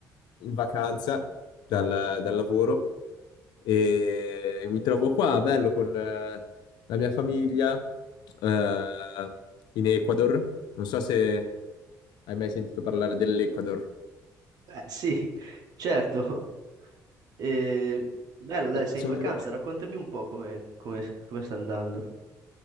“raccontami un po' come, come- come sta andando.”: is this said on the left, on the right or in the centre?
Right